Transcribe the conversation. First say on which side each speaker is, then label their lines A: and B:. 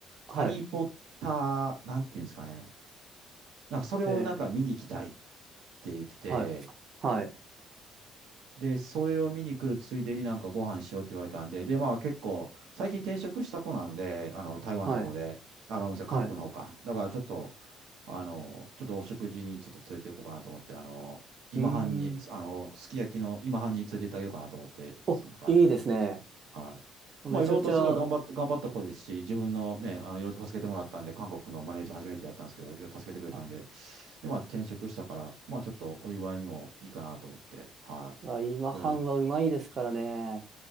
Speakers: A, on the right; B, on the right.
A: はい、
B: ハリーポッター、なんていうんですかね。なんかそれをなんか見に行きたいっ
A: えー、
B: て言ってて、
A: はい、はい、
B: で、それを見に来るついでになんかご飯しようって言われたんで、で、まあ結構、最近転職した子なんで、あの、台湾の方で、
A: はい、
B: あ、ごめんなさい、韓国の方か。
A: はい。
B: だからちょっと、あの、ちょっとお食事にちょっと連れて行こうかなと思って、あの、今半に、
A: うーん。
B: あの、すき焼きの今半に連れて行ってあげようかなと思って、
A: お、
B: はい。
A: いいですね。
B: はい。
A: めちゃくちゃ、
B: まあいろいろとすごい頑張って、頑張った子ですし、自分のね、あの、いろいろと助けてもらったんで、韓国のマネージャー初めてやったんですけど、いろいろ助けてくれたんで、
A: はい。
B: で、まあ転職したから、まあちょっとお祝いにもいいかなと思って、はい。
A: あ、今半はうまいですからね。
B: それ